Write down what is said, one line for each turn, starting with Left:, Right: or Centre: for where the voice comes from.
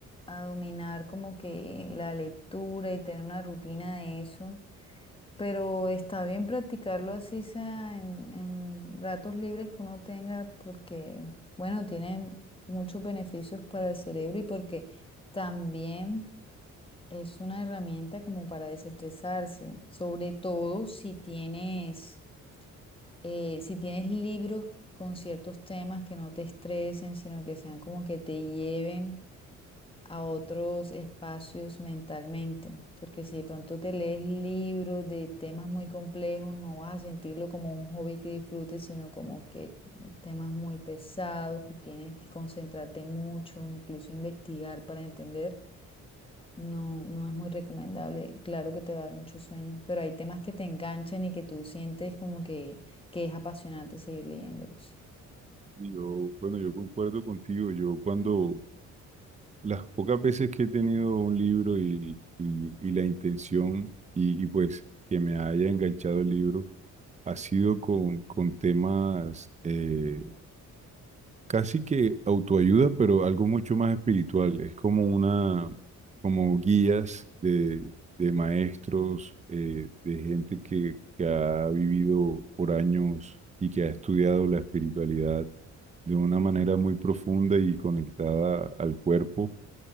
Left: a dominar como que la lectura y tener una rutina de eso, pero está bien practicarlo así sea en, en ratos libres que uno tenga porque, bueno, tiene muchos beneficios para el cerebro y porque también... Es una herramienta como para desestresarse, sobre todo si tienes, eh, si tienes libros con ciertos temas que no te estresen, sino que sean como que te lleven a otros espacios mentalmente, porque si de pronto te lees libros de temas muy complejos, no vas a sentirlo como un hobby que disfrutes, sino como que temas muy pesados, que tienes que concentrarte mucho, incluso investigar para entender. No, no es muy recomendable. Claro que te va a dar mucho sueño, pero hay temas que te enganchan y que tú sientes como que, que es apasionante seguir leyéndolos.
Right: Yo, bueno, yo concuerdo contigo. Yo cuando las pocas veces que he tenido un libro y, y- y la intención y, y, pues que me haya enganchado el libro, ha sido con, con temas, eh, casi que autoayuda, pero algo mucho más espiritual. Es como una, como guías de, de maestros, eh, de gente que, que ha vivido por años y que ha estudiado la espiritualidad de una manera muy profunda y conectada al cuerpo